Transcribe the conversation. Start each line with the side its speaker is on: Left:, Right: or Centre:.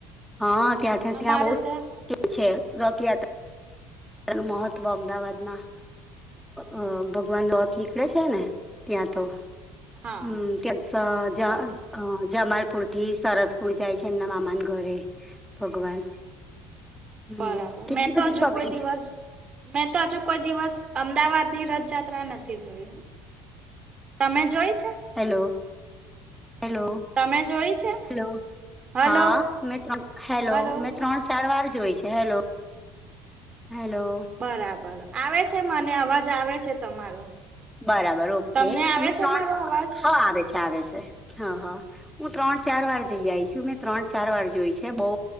Centre: હ
Right: હા
Centre: ત્યાંથી
Right: અમારે
Centre: ત્યાં
Right: તો
Centre: બહ છે રથયાત્રા. નું મહત્વ અમદાવાદમાં
Right: હા
Centre: અ
Right: હા
Centre: ભગવાન નોથ નીકળે છે ને ત્યાં તો
Right: હા
Centre: હમ
Right: બરાબર
Centre: ત્યા અ જમાલપુર થી સરસપુર જાય છે એમના મામા ના ઘરે ભગવાન. હમ
Right: બરાબર
Centre: કેટલી
Right: મેં તો
Centre: બધી
Right: હજુ
Centre: પબ્લિક
Right: કોઈ દિવસ મેં તો હજુ કોઈ દિવસ અમદાવાદ ની રથયાત્રા નથી જોઈ. તમે જોય છે.
Centre: Hello hello.
Right: તમે જોઈ છે
Centre: હલો
Right: હલો
Centre: હા મે્ર હેલો
Right: હલો
Centre: મે ત્રણ ચાર વા જોઈ છે હેલો હેલો.
Right: બરાબર આવે છે મને અવાજ આવે છે તમારો.
Centre: બરાબર ઓકે
Right: તમને
Centre: હું
Right: આવે છે
Centre: ત્રણ
Right: મારો અવાજ
Centre: હ આવે છે આવે છે હ હ. હું ત્રણ ચાર
Right: ઓકે
Centre: વાર જઈ આવી છું મે ત્રણ ચાર વાર જોઈ છે બહુ